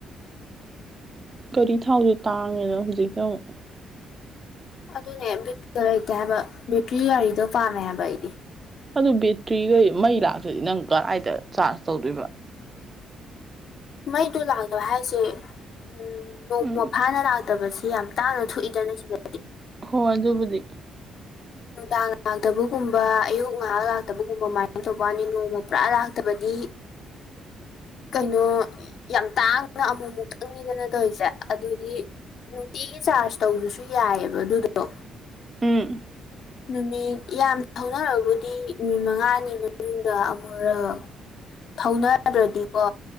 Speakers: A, on the right; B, on the left.
A: ꯒꯥꯔꯤ ꯊꯥꯎꯖꯨ ꯇꯥꯡꯉꯦꯅ ꯍꯧꯖꯤꯛꯇꯥ ꯑꯃꯨꯛ
B: ꯑꯗꯨꯅꯦ ꯕꯤꯠꯀꯥ ꯂꯩꯇꯦ ꯍꯥꯏꯕ ꯕꯦꯇ꯭ꯔꯤ ꯒꯥꯔꯤꯗꯣ ꯄꯥꯝꯃꯦ ꯍꯥꯏꯕ ꯑꯩꯗꯤ
A: ꯑꯗꯨ ꯕꯦꯇ꯭ꯔꯤꯒꯩ ꯃꯩ ꯂꯥꯛꯇ꯭ꯔꯥꯗꯤ ꯅꯪ ꯀꯔꯥꯏꯗ ꯆꯥꯔꯖ ꯇꯧꯗꯣꯏꯕ
B: ꯃꯩꯗꯣ ꯂꯥꯛꯇꯕ ꯍꯥꯏꯁꯦ ꯎꯝ ꯅꯣꯡꯃ
A: ꯎꯝ
B: ꯐꯥꯅ ꯂꯥꯛ ꯇꯕꯁꯤ ꯌꯥꯝ ꯇꯥꯡꯅ ꯊꯣꯛꯏꯗꯅ ꯁꯤꯗꯥ
A: ꯍꯣꯏ ꯑꯗꯨꯕꯨꯗꯤ
B: ꯅꯨꯡꯗꯥꯡ ꯂꯥꯛꯇꯕꯒꯨꯝꯕ ꯑꯌꯨꯛ ꯉꯥꯏꯍꯥꯛ ꯂꯥꯛꯇꯕꯒꯨꯝꯕ ꯃꯥꯏꯅ ꯇꯧꯕ ꯋꯥꯅꯤ ꯅꯣꯡꯃꯥ ꯄꯨꯔꯥ ꯂꯥꯛꯇꯕꯗꯤ ꯀꯩꯅꯣ ꯌꯥꯝ ꯇꯥꯡꯅ ꯑꯃꯨꯛ ꯃꯨꯛ ꯈꯪꯅꯤꯗꯅ ꯇꯧꯔꯤꯖꯦ ꯑꯗꯨꯗꯤ ꯅꯨꯡꯇꯤꯒꯤ ꯆꯥꯔꯖ ꯇꯧꯗ꯭ꯔꯥꯁꯨ ꯌꯥꯏꯑꯕ ꯑꯗꯨꯗꯣ
A: ꯎꯝ
B: ꯅꯨꯃꯤꯠ ꯌꯥꯝ ꯊꯧꯅꯔꯕꯨꯗꯤ ꯅꯨꯃꯤꯠ ꯃꯉꯥꯅꯤ ꯃꯅꯨꯡꯗꯥ ꯑꯃꯨꯔꯛ ꯊꯧꯅꯥꯗ꯭ꯔꯥꯗꯤꯀꯣ